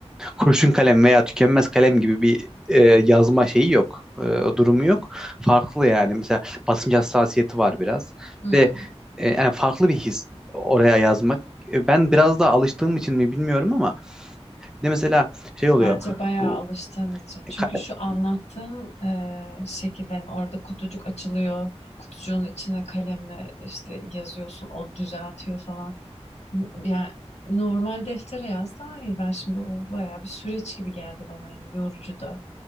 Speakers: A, in the centre; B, on the left.
A: kurşun kalem veya tükenmez kalem gibi bir e, yazma şeyi yok. E, durumu yok. Farklı yani. Mesela basınç hassasiyeti var biraz.
B: Hmm.
A: Bir de e, yani farklı bir his oraya yazmak. E, ben biraz daha alıştığım için mi bilmiyorum ama bir de mesela şey
B: Bence
A: oluyor.
B: bayağı
A: Bu
B: alıştığın için.
A: e,
B: Çünkü
A: ka-
B: şu anlattığın e, şekilde hani orada kutucuk açılıyor. Kutucuğun içine kalemle işte yazıyorsun. O düzeltiyor falan. N- Yani normal deftere yaz daha iyi. Ben şimdi o bayağı bir süreç gibi geldi bana. Yani yorucu da.